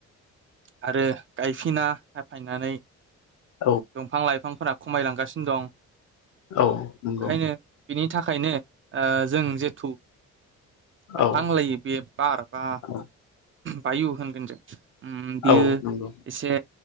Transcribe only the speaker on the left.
औ
औ नंगौ
औ
औ
औ नंगौ